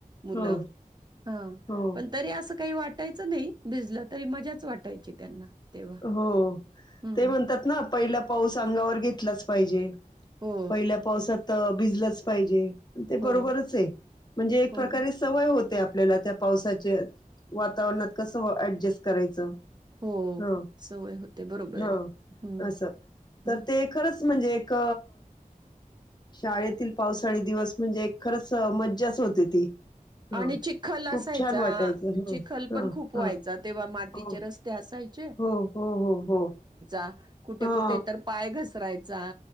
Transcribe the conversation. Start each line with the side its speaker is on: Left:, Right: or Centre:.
Right: मुलं
Left: हो
Right: हा
Left: हो
Right: पण तरी असं काही वाटायचं नाही भिजलं तरी मजाच वाटायची त्यांना तेव्हा
Left: हो
Right: हम्म
Left: ते म्हणतात ना पहिला पाऊस अंगावर घेतलाच पाहिजे
Right: हो
Left: पहिल्या पावसात भिजलच पाहिजे ते
Right: हो
Left: बरोबरच आहे म्हणजे एक
Right: हो
Left: प्रकारे सवय होत ते आपल्याला त्या पावसाच्या वातावरणात कस ऍडजस्ट करायचं
Right: हो
Left: ह
Right: सवय होते बरोबर
Left: ह
Right: हम्
Left: असं तर
Right: हम्
Left: ते खरंच म्हणजे एक शाळेतील पावसाळी दिवस म्हणजे खरंच मज्जाच होती ती हा
Right: आणि चिखल असायचा
Left: खूप छान वाटायचं ह
Right: चिखल
Left: ह
Right: पण खूप
Left: ह
Right: व्हायचा तेव्हा मातीचे
Left: हो
Right: रस्ते असायचे
Left: हो हो हो हो
Right: हा कुठे
Left: हा
Right: कुठे तर पाय घसरायचा